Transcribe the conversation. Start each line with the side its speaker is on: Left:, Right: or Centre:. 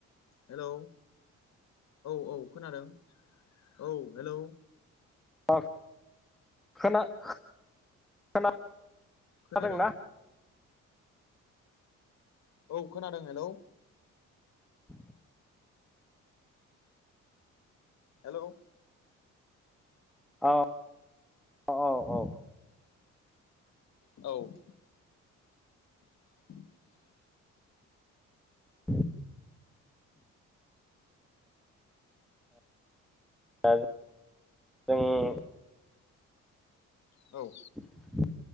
Left: हेलौ औ औ खोनादों, औ हेलौ।
Centre: अ <unintelligible>
Left: खोनादों औ खोनादों हेलौ।
Centre: <inaudible>
Left: हेल'।
Centre: अ औ औ।
Left: औ। <unintelligible>
Centre: <inaudible> दा जों
Left: औ।
Centre: <inaudible>